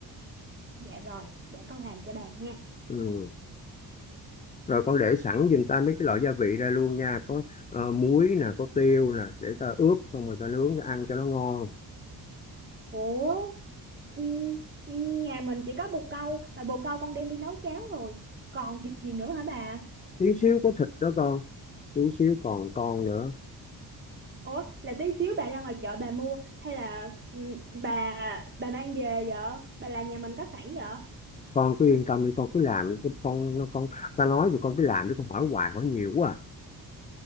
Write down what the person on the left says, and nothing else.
ừ. rồi con để sẵn giùm ta mấy cái loại gia vị ra luôn nha có ờ, muối nè có tiêu nè để ta ướp xong rồi ta nướng ta ăn cho nó ngon
tí xíu có thịt đó con tí xíu còn con nữa
con cứ yên tâm đi con cứ làm đi, con nó con ta nói thì con cứ làm chứ con hỏi hoài hỏi nhiều quá à.